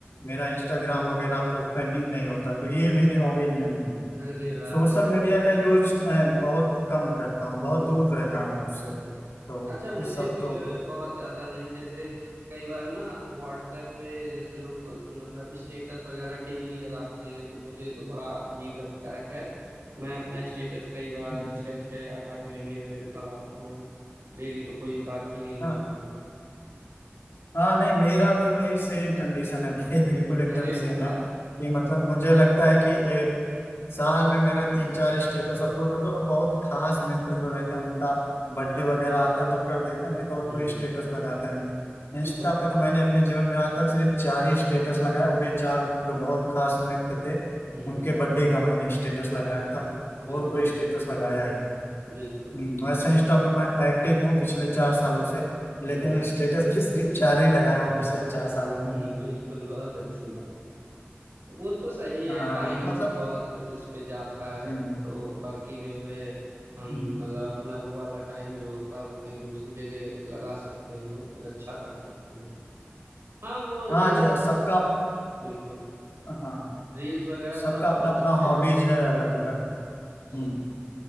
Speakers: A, on the left; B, on the right.
A: मेरा इंस्टाग्राम वगैरह ओपन ही नहीं होता तो ये मेरी हॉबीज में नहीं है
B: अरे वाह
A: सोशल मीडिया का यूज मैं बहुत कम करता हूँ बहुत
B: हम्म
A: दूर रहता हूँ मैं उससे तो
B: हम्म। अच्छा मुझे
A: ये सब
B: भी
A: तो
B: जो है बहुत ज्यादा नहीं जैसे कई बार ना व्हाट्सएप पे जैसे लोग मतलब स्टेटस वगैरह डेली लगाते हैं तो मुझे तो बड़ा अजीब लगता है खैर मैं अपना स्टेटस कई बार
A: हम्म,
B: छः छः आठ आठ महीने में लगाता हूँ डेली तो कोई बात ही नहीं
A: हाँ
B: होती
A: हाँ नहीं मेरा भी वही सेम कंडीशन है भाई बिल्कुल एकदम
B: अरे
A: सेम
B: वाह
A: है कि मतलब मुझे लगता है कि ए, साल में मेरा तीन चार स्टेटस अपलोड होता है और बहुत खास मित्र जो रहते हैं उनका बर्थडे वगैरह आता है तो कर देते हैं नहीं तो और
B: हम्म
A: कोई स्टेटस लगाता ही नहीं इंस्टा
B: तब
A: पे तो मैंने अपने जीवन में आज तक सिर्फ चार ही स्टेटस लगाया वो भी चार जो बहुत खास मित्र थे
B: हम्म
A: उनके बर्थडे का मैंने स्टेटस लगाया था
B: बिल्कुल
A: और कोई स्टेटस लगाया ही नहीं।
B: बिल्कुल
A: हम्म,
B: बिल्कुल
A: वैसे इंस्टा पे मैं एक्टिव हूँ पिछले चार सालों से
B: हम्म
A: लेकिन स्टेटस भी सिर्फ चार ही लगाया हूँ पिछले चार सालों में
B: हम्म बिल्कुल बहुत अच्छी बात है वो तो सही है
A: हाँ
B: टाइम
A: तो मतलब
B: बहुत इस पे जाता है
A: हम्म,
B: तो बाकी जो है हम मतलब
A: हम्म,
B: अपना वो वाला टाइम जो होता है वो कहीं दूसरी जगह लगा सकते हैं कुछ अच्छा कर सकते हैं हाँ वो रील्स
A: हाँ जो सबका
B: बिल्कुल
A: हाँ
B: रील्स वगैरह
A: सबका
B: तब बहुत
A: अपना अपना
B: अच्छे
A: हॉबीज
B: रहते
A: है अलग अलग
B: जी
A: हम्म